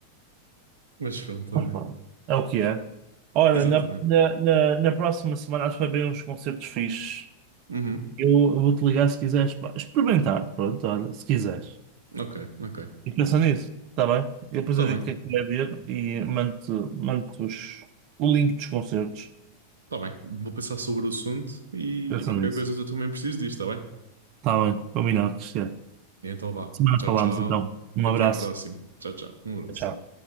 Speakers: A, on the right; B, on the right.
A: mas pronto,
B: Mas
A: olha.
B: pronto, é o que é. Ora,
A: Exatamente.
B: na, na, na, na próxima semana acho que vai haver uns concertos fixes.
A: uhum.
B: Eu, eu vou-te ligar se quiseres, pá. Experimentar, pronto, olha, se quiseres.
A: Ok, ok.
B: E pensa nisso, está bem? Eu depois
A: Tá
B: eu
A: bem,
B: digo o que é que vai ver e mando-te mando-te os- o link dos concertos.
A: tá bem. Vou pensar sobre o assunto e,
B: Pensa
A: e qualquer
B: nisso.
A: coisa eu também preciso disto, tá bem?
B: Está bem, combinado, Cristiano.
A: Então vá.
B: Semana
A: Tchau,
B: falamos
A: tchau.
B: então. Um
A: Até
B: abraço.
A: à próxima. Tchau, tchau. Um abraço.
B: Tchau.